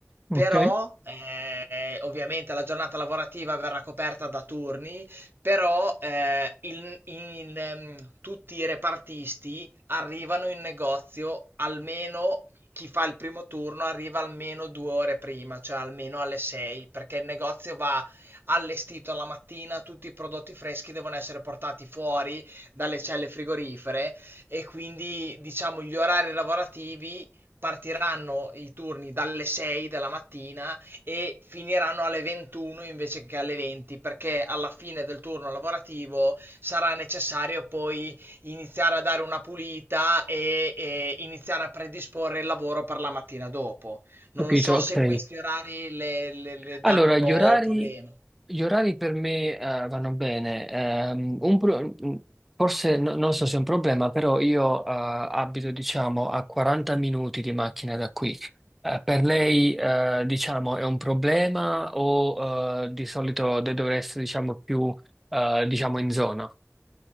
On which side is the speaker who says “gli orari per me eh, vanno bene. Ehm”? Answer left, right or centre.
Centre